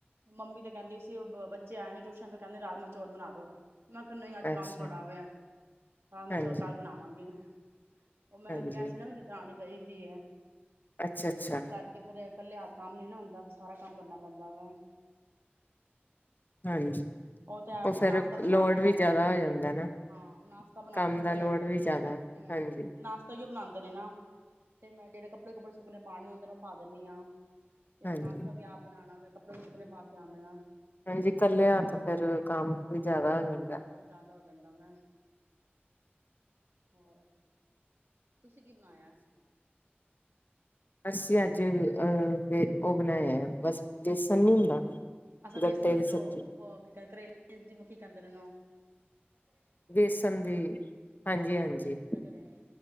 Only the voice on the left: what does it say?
ਅੱਛਾ
ਹਾਂਜੀ
ਹਾਂਜੀ
ਅੱਛਾ ਅੱਛਾ
ਹਾਂਜੀ
ਫੇਰ
ਲੋਡ
ਵੀ ਜ਼ਿਆਦਾ
ਹੋ ਜਾਂਦਾ ਨਾ
ਕੰਮ
ਦਾ ਲੋਡ
ਵੀ ਜ਼ਿਆਦਾ
ਹਾਂਜੀ
ਹਾਂਜੀ
ਹਾਂਜੀ ਕੱਲਿਆ ਤਾਂ ਫੇਰ ਕੰਮ ਵੀ ਜ਼ਿਆਦਾ ਹੋ ਜਾਂਦਾ
ਅਸੀ ਅੱਜ ਅਹ ਉਹ ਬਣਾਇਆ ਆ ਬਸ ਦੇੇਸਣ ਨੀ ਹੁੰਦਾ
ਗੱਟੇ
ਦੀ ਸਬਜ਼ੀ
ਵੇਸਮ ਦੀ ਹਾਂਜੀ ਹਾਂਜੀ